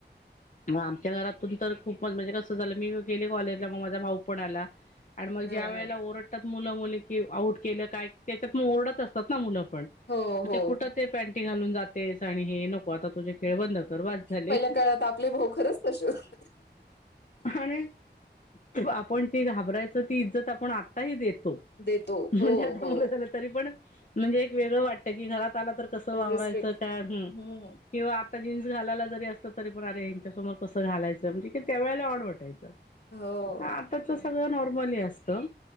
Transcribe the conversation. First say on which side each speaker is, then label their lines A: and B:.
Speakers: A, on the left; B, on the left.
A: म आमच्या घरातून तर खूप, पण म्हणजे कस झालं मी गेले कॉलेजला मग माझा भाऊ पण आला आणि मग
B: हं.
A: ज्या वेळेला ओर, डतात. मुलं, मुली की आऊट केलं काय त्याच्यात ओरडत असतात ना मुलं पण
B: हो, हो.
A: ते कुठ? ते पॅटी घालून जाते साडी हे नको. मग आता तुझे खेळ बंद कर बस झाले.
B: पहिल्या काळात आपले भाऊ खरंच तसे होते.
A: आणि आपण जी घाबरायचं ती इज्जत आपण आत्ता ही देतो.
B: देतो. हो,
A: म्हणजे आता
B: हो.
A: मुलं झालं तरी पण म्हणजे एक वेगळं वाटत की घरात आला तर! कसं वावरायचं
B: रिस्पेक्ट.
A: काय, हम.
B: हं.
A: किंवा आता जीन्स घालायला जरी असलं तरी पण अरे यांच्या समोर कसं घालायचं म्हणजे, ते त्या वेळेला ऑड वाटायचं
B: हो.
A: आताच
B: तर
A: सगळं नॉर्मल असतं.